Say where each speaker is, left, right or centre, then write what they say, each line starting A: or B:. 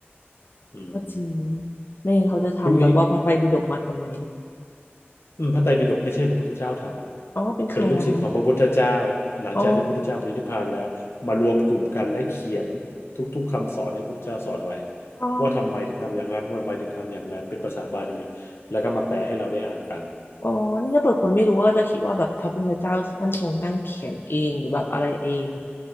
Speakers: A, on the left; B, on the left.
A: อืม
B: ก็จริง ไม่งั้นเขาจะทำแบบว่าพระไตรปิฎกมาทำไม
A: คุณอุ้ย อืมพระไตรปิฎกไม่ใช่พระพุทธเจ้าทำเป็นลูกศิษย์ของพระพุทธเจ้า
B: อ๋อ เป็นใครอะคะ
A: หลังจากที่พุทธเจ้าปรินิพพานแล้วมารวมกลุ่มกันและเขียนทุกๆคำสอนให้พุทธเจ้าสอนไว้
B: อ๋ออ๋อ
A: ว่าทำไมถึงทำอย่างนั้นว่าทำไมถึงทำอย่างนั้นเป็นภาษาบาลีแล้วก็มาแปลให้เราได้อ่านกัน
B: อ๋อ นี่ถ้าเปิดคนไม่รู้ก็จะคิดว่าแบบพระพุทธเจ้าท่านทรงนั่งเขียนเองหรือแบบอะไรเอง